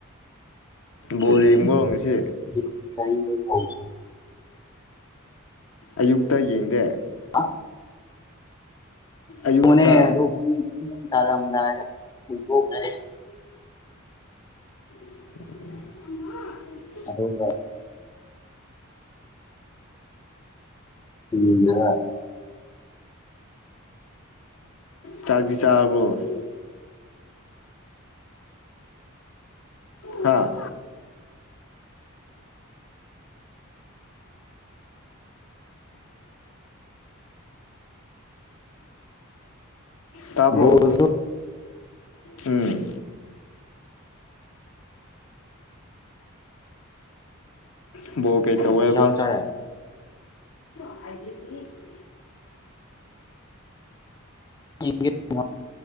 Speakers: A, on the left (about 20°); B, on the left (about 70°).
A: <unintelligible>
B: ꯕꯣꯜ ꯌꯦꯡꯕ꯭ꯔꯣ ꯉꯁꯤ ꯑꯌꯨꯛꯇ ꯌꯦꯡꯗꯦ
A: <unintelligible>
B: ꯑꯌꯨꯛꯇ
A: <unintelligible> ꯑꯗꯨ ꯄꯨꯡ ꯄꯨꯡ ꯇꯥꯔꯝꯗꯥꯏꯗ <unintelligible>
B: <unintelligible>
A: ꯑꯗꯨꯒ <unintelligible>
B: ꯆꯥꯛꯇꯤ ꯆꯥꯔꯕꯣ <unintelligible> ꯍꯥꯥ ꯇꯥꯕ꯭ꯔꯣ
A: ꯒꯣꯜ
B: ꯎꯝ ꯕꯣꯜ ꯀꯩ ꯇꯧꯋꯦꯕ
A: ꯀꯩꯁꯥꯝ ꯆꯥꯔꯦ
B: <unintelligible>
A: <unintelligible>